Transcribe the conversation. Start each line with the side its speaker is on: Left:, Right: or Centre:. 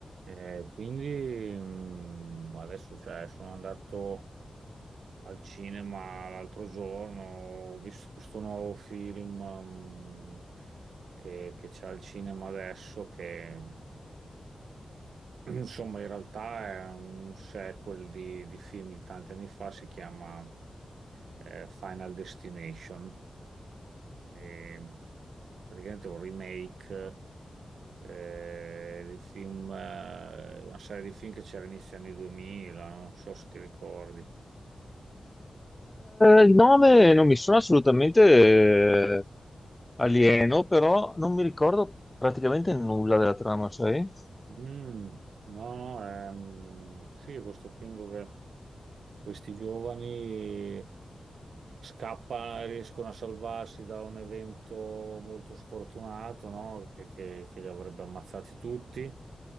Right: Eh, quindi mm, adesso cioè, sono andato al cinema l'altro giorno, ho visto questo nuovo film mm, che che c'è al cinema adesso, che <clears throat> insomma in realtà è un sequel di, di film di tanti anni fa, si chiama eh, Final Destination, e praticamente è un remake eh, dei film, eh, una serie di film che c'era inizio anni 2000, non so se ti ricordi.
Left: Il nome non mi sono assolutamente eh, alieno, però non mi ricordo praticamente nulla della trama, sai?
Right: Mm, no, no, ehm, sì, questo film dove questi giovani scappano, riescono a salvarsi da un evento molto sfortunato, no? Che, che- che li avrebbe ammazzati tutti,